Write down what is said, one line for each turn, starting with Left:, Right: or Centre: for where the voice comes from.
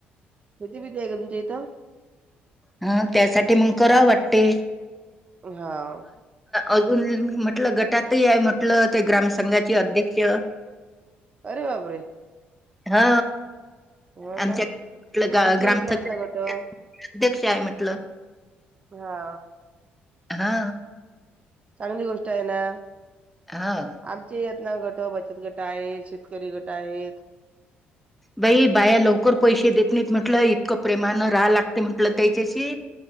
Right: किती बिती आहे का तुमच्या इथं,
Centre: हा त्यासाठी मग करा वाटते
Right: हा
Centre: अजून म्हटलं गटातही आहे म्हटलं ते ग्राम संंघाचे अध्यक्ष
Right: अरे बापरे
Centre: हा
Right: हो
Centre: आमच्यालं
Right: ना. आमच्या
Centre: ग्राम
Right: इकडे आहेत
Centre: अध्यक्ष
Right: ना गटं.
Centre: आहे म्हटलं
Right: हा
Centre: हा
Right: चांगली गोष्ट आहे ना
Centre: हां.
Right: आमची ना गट बचत गट आहेत शेतकरी गट आहेत
Centre: बाई बाया लवकर पैसे देत नाहीत म्हंटलं इतकं प्रेमानं राहा लागते म्हंटलं त्याच्याशी